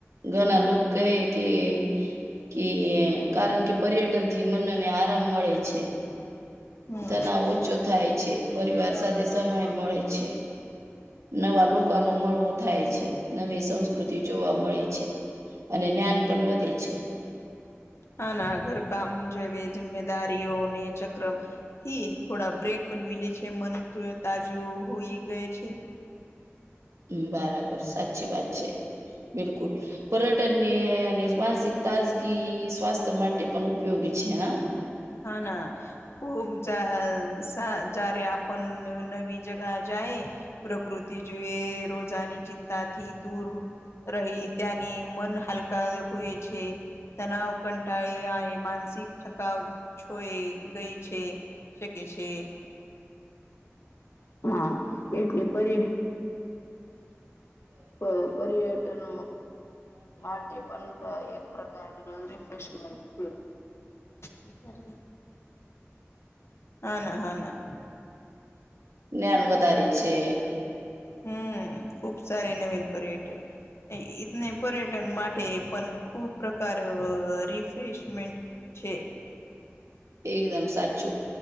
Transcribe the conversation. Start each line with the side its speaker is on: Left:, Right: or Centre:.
Right: ઘણા લોકો કહે કે કે કારણ કે પર્યટન થી મનને આરામ મળે છે.
Left: હમ
Right: તના ઓછો થાય છે પરિવાર સાથે સમય મળે છે. નવા લોકો નો મળવો થાય છે, નવી સં સંસ્કૃતિ જોવા મળે છે અને જ્ઞાન પણ વધે છે.
Left: હ ના ઘરકામ જેવી જિમ્મેદારીઓને ચક્ર થી થોડા બ્રેક પણ મીલે છે મન તાજું હોઈ ગય છે.
Right: હ બરાબર સાચી વાત છે બિલકુલ પર્યટન ને અને માનસિક તાજગી સ્વાસ્થ્ય માટે પણ ઉપયોગી છે, હા
Left: હાના <unintelligible> જ્યારે આપણ નવી જગા જાએ પ્રકૃતિ જોએ રોજાની ચિંતાથી દૂર રહી ત્યાંની મન હલકા હોય છે તનાવ કંટાળી આ માનસિક થકાવ છોય ગઈ છે શકે છે હા એટલે પર પ પર્યટન માટે પણ એક પ્રકારના રિફ્રેશમેન્ટ છે વિચારજો હા ના હા ના
Right: જ્ઞાન વધારે છે
Left: હમ ખુબ સારી નવીન પર્યટન એ ઇતને પર્યટન માટે પણ ખૂબ પ્રકાર રિફ્રેશમેન્ટ છે
Right: એકદમ સાચું